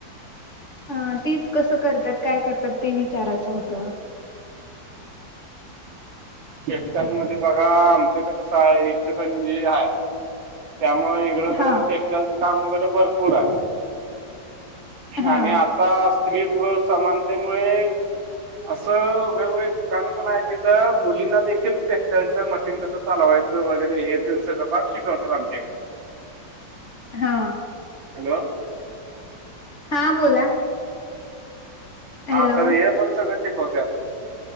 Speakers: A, on the left (about 45°); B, on the right (about 75°).
A: ह तेच कसं करतात काय करतात ते विचारायचं होतं
B: एककांमध्ये बघा आमच तर कसं आहे याच पण आहे? त्यामुळे इकड कस
A: हा
B: टेक्स्टाईलच काम वगैरे भरपूर आहे
A: हा
B: आणि स्त्री पुरुष समानतेमुळे असं वेगवेगळ ठिकाण य तर मुलींना देखील टेक्स्टाईलचं मशीन कसं चालवायचं वगैरे हे ते सगळं पाक शिक <unintelligible>
A: हा.
B: हॅो
A: हां बोला? हॅलो
B: हा तर हे पण शिकवत्यात.